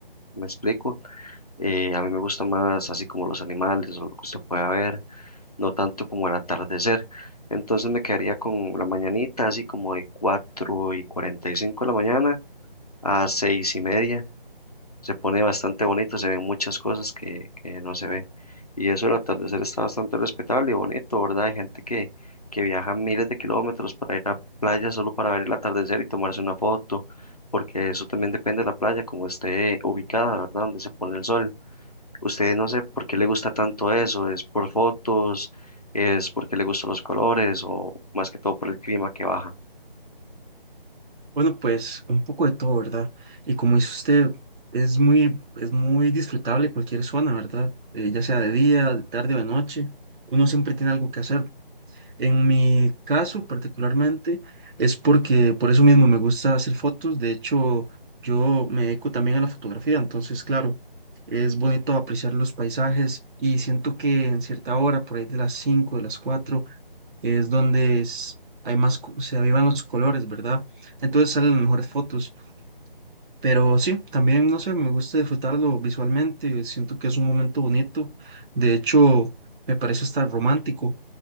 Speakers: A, on the left (about 40°); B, on the right (about 60°).
A: me explico, eh, a mí me gusta más así como los animales o lo que usted pueda ver no tanto como el atardecer. Entonces me quedaría con la mañanita, así como de 4 y 45 de la mañana a 6 y media. Se pone bastante bonito, se ven muchas cosas que, que no se ve. Y eso el atardecer está bastante respetable y bonito, ¿verdad? Hay gente que, que viaja miles de kilómetros para ir a playa solo para ver el atardecer y tomarse una foto, porque eso también depende de la playa, como esté ubicada, ¿verdad? Donde se pone el sol. Usted no sé por qué le gusta tanto eso, ¿es por fotos, es porque le gustan los colores o más que todo por el clima que baja?
B: Bueno, pues un poco de todo, ¿verdad? Y como dice usted, es muy, es muy disfrutable cualquier zona, ¿verdad? Eh, ya sea de día, de tarde o de noche. Uno siempre tiene algo que hacer. En mi caso particularmente es porque por eso mismo me gusta hacer fotos. De hecho, yo me dedico también a la fotografía, entonces claro, es bonito apreciar los paisajes y siento que en cierta hora, por ahí de las 5 de las 4 es donde es- hay más, co- se avivan los colores, ¿verdad? Entonces salen las mejores fotos. Pero sí, también, no sé, me gusta disfrutarlo visualmente. Siento que es un momento bonito. De hecho, me parece estar romántico.